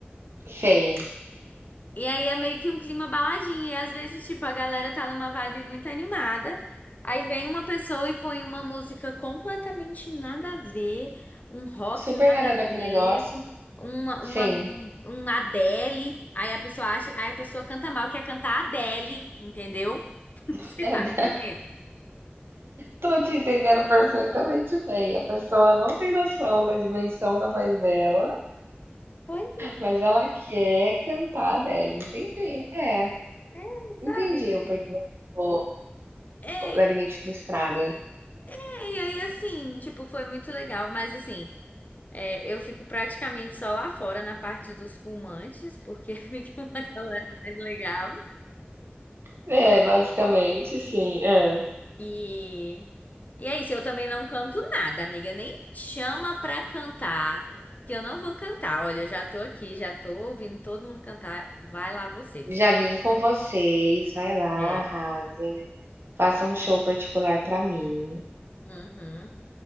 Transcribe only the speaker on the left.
E aí é meio que um clima baladinho. E às vezes, tipo, a galera tá numa vibe muito animada. Aí vem uma pessoa e põe uma música completamente nada a ver, um rock
nada
a
ver,
uma,
uma, um Adele. Aí a pessoa acha, aí a pessoa canta mal, quer cantar Adele, entendeu? <laughs>
Você tá me entendendo?
Pois
é, sabe,
amiga?
É,
é,
e aí assim, tipo, foi muito legal, mas assim. É, eu fico praticamente só lá fora na parte dos fumantes, porque <laughs> fica uma galera mais legal.
E, e é isso, eu também não canto nada, amiga. Nem chama pra cantar, que eu não vou cantar. Olha, eu já tô aqui, já tô ouvindo todo mundo cantar. Vai lá vocês.
Não vou
cantar.
É,
uhum,